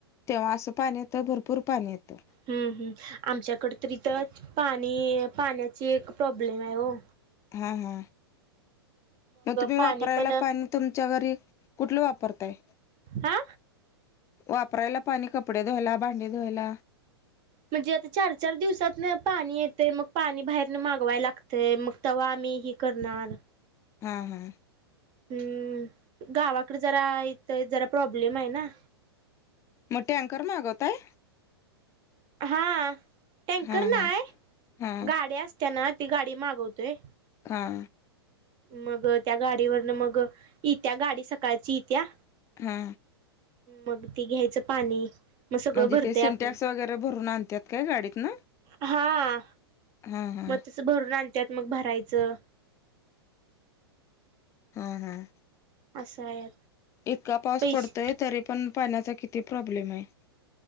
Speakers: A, on the left (about 20°); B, on the right (about 35°).
A: तेव्हा असं पाणी येतं भरपूर पाणी येतं
B: ह ह आमच्याकडे तरी इथ पाणी पाण्याची एक प्रॉब्लेम आहे हो
A: हा हा मग तुम्ही
B: पाणी
A: वापरायला
B: पण
A: पाणी तुमच्या घरी कुठलं वापरताय
B: हा
A: वापरायला पाणी कपडे धुयला भांडी धुयला
B: म्हणजे आता चार चार दिवसात पाणी येते मग पाणी बाहेरन मागवाय लागतंय मग तेव्हा आम्ही ह करणारल
A: हा हा
B: हम्म गावाकडे जरा इथ जरा प्रॉब्लेम आहे ना
A: मो टे अँकरर मग आगत आहे
B: हा टेकर
A: हा
B: नाहीय
A: हा हा
B: गाड अस त्यांना ती गाडी मागवतोय
A: काा
B: मग त्या गाडीवरन मग येत्या गाडी सकाळची येत्या
A: हा
B: मग ती घ्यायचं पाणी मग सगळं
A: म्हणजे
B: भरतय
A: ते सिंटॅक्स
B: आपलं
A: वगैरे भरून आणत्यात काय गाडीतन
B: हा
A: हम् हम्
B: मग भरून आणत्यात मग भरायचं
A: हम हम
B: असं आहे
A: इतका पाऊस
B: पैसे
A: पडतोय तरी पण पाण्याचा किती प्रॉब्लेम आहे